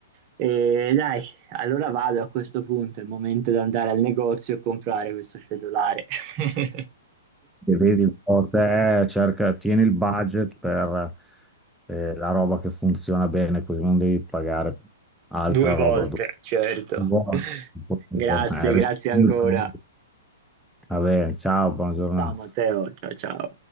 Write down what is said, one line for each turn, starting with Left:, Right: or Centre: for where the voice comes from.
Right: E dai, allora vado a questo punto, è il momento di andare al negozio e comprare questo cellulare. <laughs>
Centre: vedi un po' te, cerca, tieni il budget per eh, la roba che funziona bene, così non devi pagare altra
Right: Due volte,
Centre: roba dopo.
Right: certo.
Centre: Buona, un po',
Right: Grazie,
Centre: un po', eh, responsabilmente.
Right: grazie ancora.
Centre: Va bene, ciao, buona giornata.
Right: Ciao Matteo, ciao ciao.